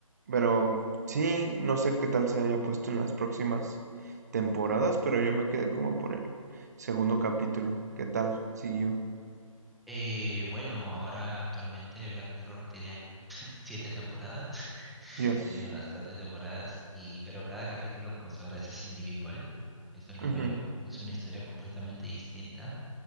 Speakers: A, on the right; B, in the centre.
A: pero sí, no sé qué tal se haya puesto en las próximas temporadas, pero yo me quedé como por el segundo capítulo. ¿Qué tal siguió?
B: Eh, bueno, ahora actualmente Black Mirror tiene siete temporadas, <laughs>
A: Dios.
B: tiene bastantes temporadas, y, pero cada capítulo, como sabrás, es individual. Eso es lo
A: Ujú.
B: bueno. Es una historia completamente distinta.